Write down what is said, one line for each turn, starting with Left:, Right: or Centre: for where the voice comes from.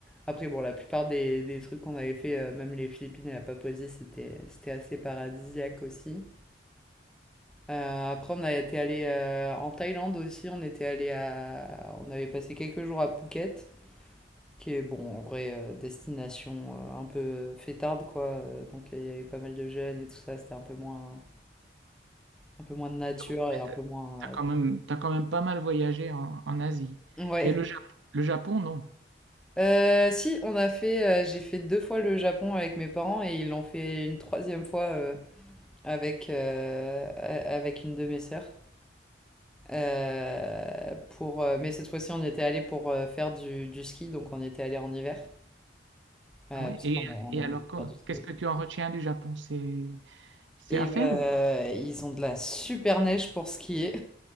Centre: Après, bon, la plupart des, des trucs qu'on avait fait, euh, même les Philippines et la Papouasie, c'était, c'était assez paradisiaque aussi. Euh, après, on a été allé euh, en Thaïlande aussi. On était allé à, on avait passé quelques jours à Phuket, qui est bon, en vrai, euh, destination euh, un peu fêtarde, quoi. Euh, Donc, il y avait pas mal de jeunes et tout ça. C'était un peu moins, un peu moins de nature
Right: Donc,
Centre: et
Right: ouais,
Centre: un
Right: t'as
Centre: peu moins
Right: t'as
Centre: euh,
Right: quand même, t'as quand même pas mal voyagé en, en Asie.
Centre: Ouais.
Right: Et le, Ja- le Japon, non.
Centre: Euh, si, on a fait, euh, j'ai fait deux fois le Japon avec mes parents et ils l'ont fait une troisième fois euh, avec, euh, a- avec une de mes sœurs. Euh, pour, euh, mais cette fois-ci, on y était allé pour euh, faire du, du ski, donc on y était allé en hiver. Euh,
Right: Ah ouais.
Centre: parce
Right: Et,
Centre: qu'on a- on
Right: et
Centre: aime
Right: alors,
Centre: beaucoup
Right: quoi-
Centre: faire du ski
Right: qu'est-ce
Centre: aussi.
Right: que tu en retiens du Japon? C'est, c'est
Centre: Et
Right: à faire
Centre: bah,
Right: ou pas?
Centre: ils ont de la super neige pour skier.